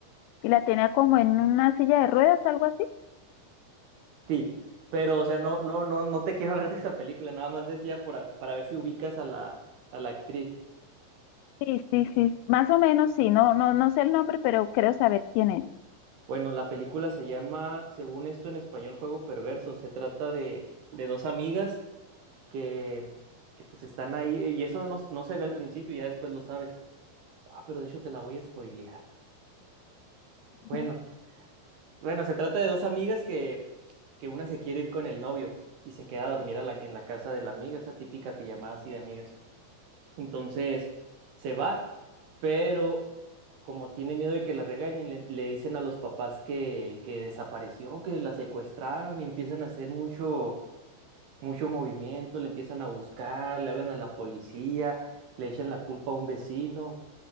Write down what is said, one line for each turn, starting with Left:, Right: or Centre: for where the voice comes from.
Left: Y la tenía como en una silla de ruedas, algo así.
Right: Sí, pero, o sea, no, no, no, no te quiero <laughs> hablar de esa película, nada más decía por a- para ver si ubicas a la, a la actriz.
Left: Sí, sí, sí. Más o menos, sí. No, no, no sé el nombre, pero creo saber quién es.
Right: Bueno, la película se llama, según esto en español, Juego Perverso. Se trata de, de dos amigas que, que pues están ahí, y eso no, no se ve al principio, ya después lo sabes Ah, pero de hecho te la voy a spoilear.
Left: Ujú,
Right: Bueno, bueno, se trata de dos amigas que, que una se quiere ir con el novio y se queda a dormir a la- en la casa de la amiga, esa típica pijamada así de amigas. Entonces se va, pero como tiene miedo de que la regañen, le, le dicen a los papás que, que desapareció, que la secuestraron y empiezan a hacer mucho, mucho movimiento, le empiezan a buscar, le hablan a la policía, le echan la culpa a un vecino.